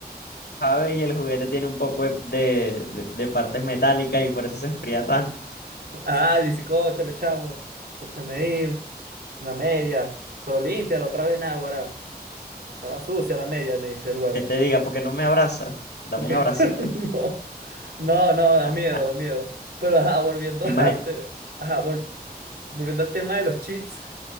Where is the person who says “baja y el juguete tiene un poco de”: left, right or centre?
Left